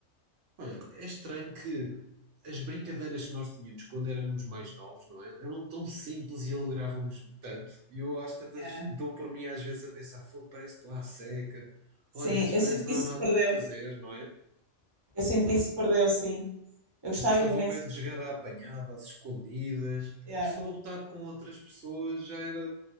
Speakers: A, on the right (about 70°); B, on the right (about 25°).
A: Olha, é estranho que as brincadeiras que nós tínhamos quando éramos mais novos, não é? Eram tão simples e alegravam-nos tanto. E eu às tantas
B: Yeah.
A: dou por mim às vezes a pensar, fogo, parece que estou à seca,
B: Sim,
A: ou às vezes
B: eu
A: parece
B: sinto
A: que
B: que
A: não
B: isso
A: há nada
B: se perdeu.
A: por fazer, não é?
B: Eu sinto que isso se perdeu, sim. Eu gostava
A: Eu gostava
B: imenso.
A: bem de jogar à apanhada, às escondidas.
B: Yeah.
A: Só lutar com outras pessoas já era